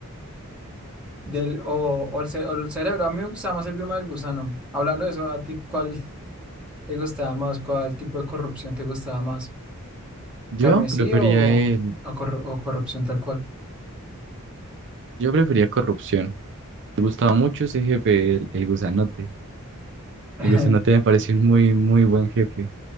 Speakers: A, in the centre; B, on the right.
A: del, o, o el, ce- o el cerebro. A mí me gustaba más el bioma del gusano. Hablando de eso, ¿a ti cuál te gustaba más? ¿Cuál tipo de corrupción te gustaba más?
B: yo
A: ¿Carmesí
B: prefería
A: o,
B: el,
A: o corru- o corrupción tal cual?
B: yo prefería corrupción. Me gustaba mucho ese jefe, el, el gusanote.
A: <laughs>
B: El gusanote me pareció un muy, muy buen jefe.